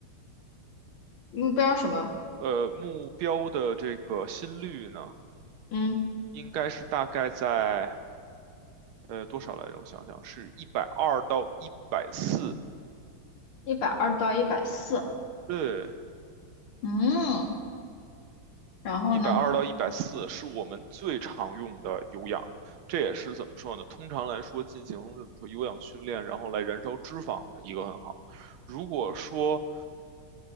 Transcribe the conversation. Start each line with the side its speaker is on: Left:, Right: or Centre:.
Left: 目标什么？
Right: 呃，目标的这个心率呢，
Left: 嗯
Right: 应该是大概在呃多少来着？我想想，是一百二到一百四，
Left: 一百二到一百四。
Right: 对，
Left: 嗯，然后呢？
Right: 一百二到一百四是我们最常用的有氧。这也是怎么说呢？通常来说，进行怎么说有氧训练，然后来燃烧脂肪的一个很好。如果说